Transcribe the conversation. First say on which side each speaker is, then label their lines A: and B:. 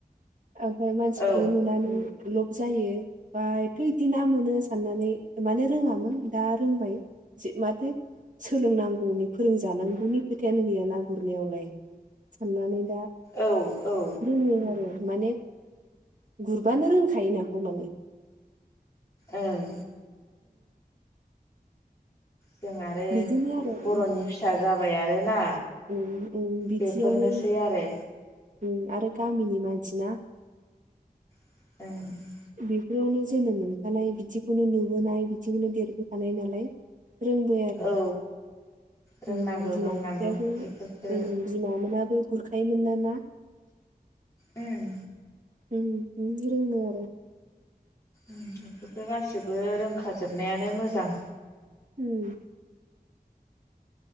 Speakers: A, on the right (about 50°); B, on the left (about 20°).
A: ओं मानसिफोरखौ
B: औ
A: नुनानै लब जायो बायथिदि ना मोनो साननानै माने रोङामोन दा रोंबाय। जे माथो सो सोलोंनांगौनि फोरोंजानांगौनि खोथायानो गैया ना गुरनायावलाय साननानै दा
B: औ औ।
A: रोङो आरो माने गुरबानो रोंखायो नाखौ माने
B: ओं। जों आरो
A: बिदिनो आरो
B: बर'नि फिसा जाबाय आरोना।
A: उम उम बिदियावनो
B: बेफोरनोसै आरो।
A: उम आरो गामिनि मानसि ना
B: ओं।
A: बेफोरावनो जोनोम मोनखानाय बिदिखौनो नुबोनाय बिदिखौनो देरबोखानाय नालाय रोंबाय आरो।
B: औ रोंनांगौ
A: उम बिमा
B: रोंनांगौ
A: फिफायाबो
B: बेफोरखो
A: उम बिमा मोनाबो गुरखायोमोनना ना।
B: उम।
A: उम इदिनो रोङो आरो।
B: उम इफोरखो गासिबो रोंखाजोबनायानो मोजां।
A: उम।